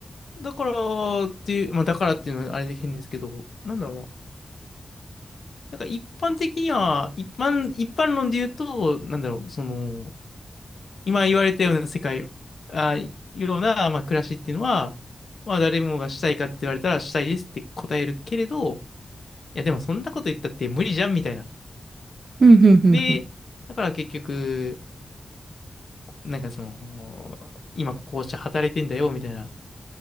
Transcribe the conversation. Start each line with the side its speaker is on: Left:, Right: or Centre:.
Left: だからっていう、まあだからっていうのはあれで変ですけど、なんだろうな。なんか一般的には、一般、一般論で言うと、なんだろう、その、今言われたような世界、あ、ような、まあ暮らしっていうのは、まあ誰もがしたいかって言われたらしたいですって答えるけれど、や、でもそんなこと言ったって無理じゃんみたいな。
Right: うん、うん、
Left: で、
Right: うん、
Left: だから結局、なんかその、今こうして働いてんだよみたいな、